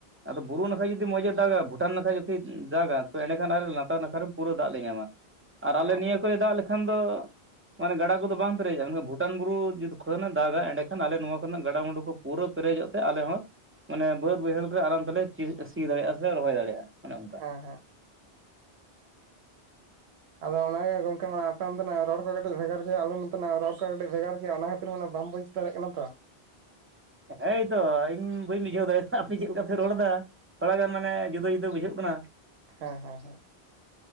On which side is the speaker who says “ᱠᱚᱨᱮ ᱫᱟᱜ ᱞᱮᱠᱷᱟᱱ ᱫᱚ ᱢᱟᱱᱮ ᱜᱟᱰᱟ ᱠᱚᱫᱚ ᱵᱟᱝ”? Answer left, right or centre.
Right